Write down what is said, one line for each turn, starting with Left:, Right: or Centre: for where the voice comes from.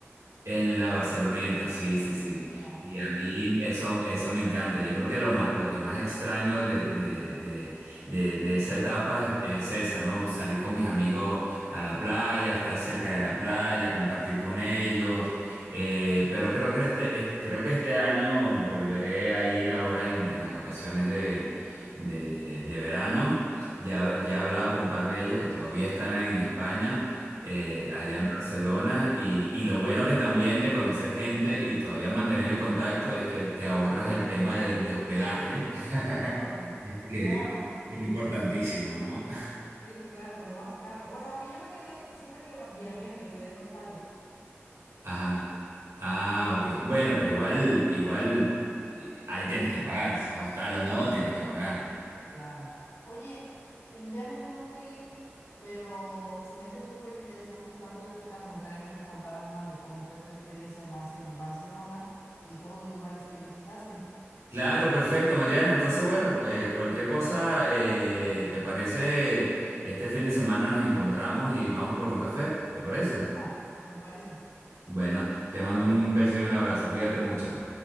Right: en la Barceloneta, sí, sí, sí.
Left: Ajá,
Right: Y a mí
Left: sí.
Right: eso, eso me encanta. Yo creo que lo más, lo que más extraño de, de, de, de, de esa etapa es, es esa, ¿no? Salir con mis amigos a la playa, estar cerca de la playa, compartir con ellos. Eh, pero creo que este, es- creo que este año volveré a ir ahora en, en las vacaciones de, de, de verano. Ya, ya he hablado con un par de ellos que todavía están en España eh, allá
Left: Sí,
Right: en Barcelona. Y, y lo bueno que también de conocer gente y todavía mantener el contacto es que te ahorras el tema de, de hospedaje,
Left: claro,
Right: <laughs> este, que
Left: claro.
Right: es importantísimo, ¿no?
Left: Sí, claro, lo más caro. Bueno, aunque yo me quedé, siempre que va- viajé, me quedé en hostales.
Right: Ajá. Ah, ok. Bueno, pero igual, igual y- ahí tienes que pagar, sea hostal o no, tienes que pagar.
Left: Claro. Oye, em, ya me tengo que ir, pero se me hace súper interesante esta plática. Me gustaría que me contaras más de cómo fue tu experiencia más en Barcelona y todos los lugares que visitaste.
Right: Claro, perfecto, Mariana. Entonces, bueno, eh, cualquier cosa, eh, ¿te parece? Este fin de semana nos encontramos y vamos por un café, ¿te parece?
Left: Ah, me parece.
Right: Bueno, te mando un beso y un abrazo. Cuídate mucho.